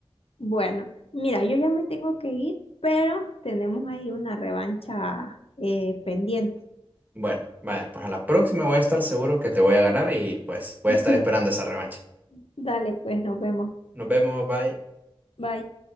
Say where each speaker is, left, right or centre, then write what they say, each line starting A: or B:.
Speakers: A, on the left (about 75°); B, on the right (about 15°).
A: Bueno, mira, yo ya me tengo que ir, pero tenemos ahí una revancha eh, pendiente.
B: Bueno, vaya, pues a la próxima voy a estar seguro que te voy a ganar y pues voy
A: <laughs>
B: a estar esperando esa revancha.
A: Dale, pues nos vemos.
B: Nos vemos, bye.
A: Bye.